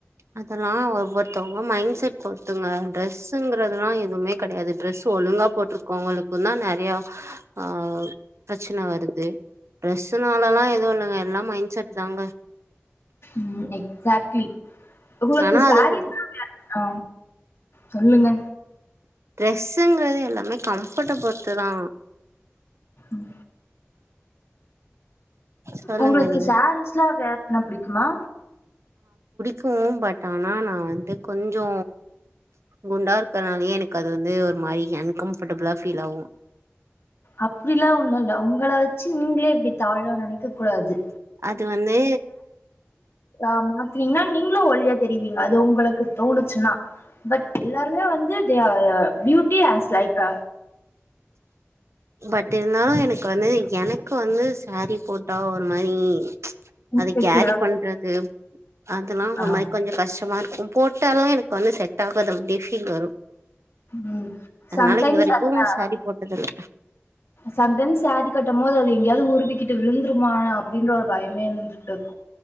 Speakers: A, on the right; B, on the left.
A: அதல்லா ஒவ்வொருத்தவுங்க மைண்ட் சட் பொருத்துங்க ட்ரெஸ்ஸுங்குறதுலா எதுமே கடையாது ட்ரெஸ்ஸு ஒழுங்கா போட்ருக்கவுங்களுக்குந் தா நெறையா ஆ ப்ரெச்சன வருது ட்ரெஸ்ஸுனால லா எது இல்லங்க எல்லா மைண்ட் செட் தாங்க
B: ம் எக்ஸாக்ட்லி உங்களுக்கு
A: ஆனா
B: சாரீஸ்லா
A: அதுவு ஒன்
B: வேர் ஆ சொல்லுங்க
A: ட்ரெஸ்ஸுங்குறது எல்லாமே கம்ஃபர்ட்ட பொறுத்துதா
B: ம்
A: சொல்லுங்க
B: உங்களுக்கு
A: நீங்க
B: சாரீஸ்லா வேர் பண்ண புடிக்குமா
A: கு பட் ஆனா நா வந்து கொஞ்சோ குண்டா இருக்கறனாலையே எனக்கது வந்து ஒரு மாரி அன்கம்ஃபர்டபுளா ஃபீல் ஆவு
B: அப்டிலா ஒண்ணுல்ல உங்கள வச்சு நீங்ளே இப்டி தாழ்வா நெனைக்க கூடாது
A: அது வந்து
B: அம் மாத்னீங்ன்னா நீங்களு ஒல்யா தெரியுவீங்க அது உங்களுக்கு தோணுச்சுன்னா பட் எல்லாருமே வந்து தே ஆ அ பியூட்டி ஆஸ் லைக்கு
A: பட் இருந்தாலு எனக் வந்து எனக்கு வந்து சேரீ போட் ட்டா ஒரு மாரி
B: இன்செக்யூரா
A: அத கேரி பண்றது
B: ஃபீல்
A: அதுல்லா
B: ஆ
A: ஒரு மாரி கொஞ்சொ கஷ்டமா இருக்கும் போட்டாலு எனக் வந்து செட் ஆகத மாரி ஃபீல் வரு
B: ம்
A: அதனால
B: சம்டைம்ஸ்
A: இது வரைக்கு
B: அது நா
A: சாரீ போட்டதில்ல
B: சம்டைம் சாரி கட்டும் போது அது எங்யாவது உருவி கிட்டு விழுந்துருமா அப்டின்ற ஒரு பயமே இருந்துர்க்கு